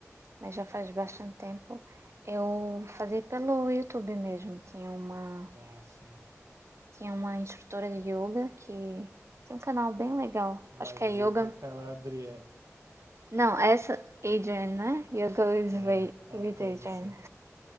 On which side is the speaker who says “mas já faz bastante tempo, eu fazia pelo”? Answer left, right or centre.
Right